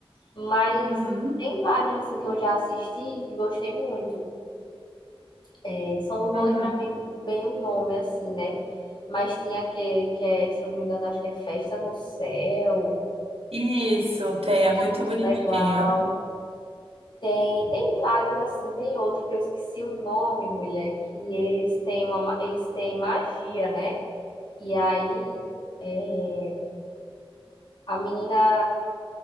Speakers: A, on the left; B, on the right.
A: Mas
B: Uhum,
A: tem vários, assim, que eu já assisti e gostei muito. É, Só não vou
B: uhum.
A: lembrar bem, o- bem o nome, assim, né? Mas tinha aquele que é, se eu não me engano, acho que é Festa no Céu.
B: Isso, tem,
A: Eu
B: é
A: achei
B: muito bonitinho.
A: legal. Tem, tem vários, assim. Tem outro que eu esqueci o nome, mulher, que eles têm uma, ma- eles têm magia, né? E aí, é, a menina